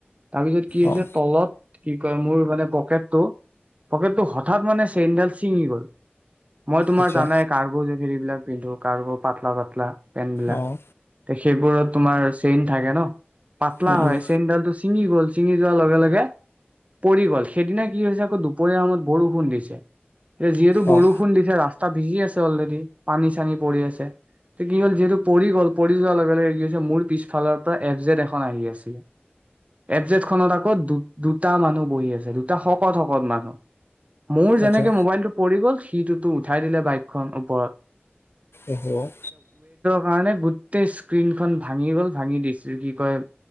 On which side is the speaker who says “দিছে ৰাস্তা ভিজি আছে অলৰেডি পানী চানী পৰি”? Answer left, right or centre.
Right